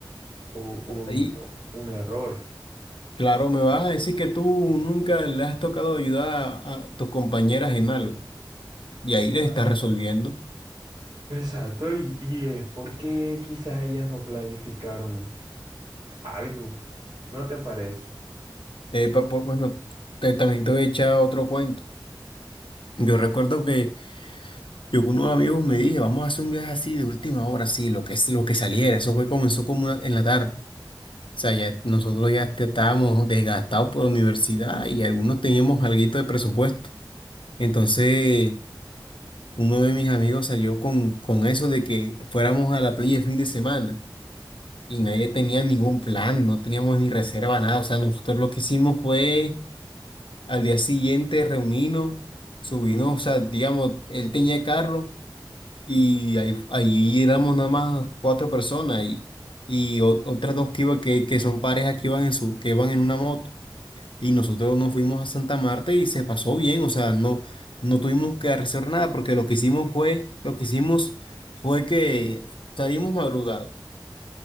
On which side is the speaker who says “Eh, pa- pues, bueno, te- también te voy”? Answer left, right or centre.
Left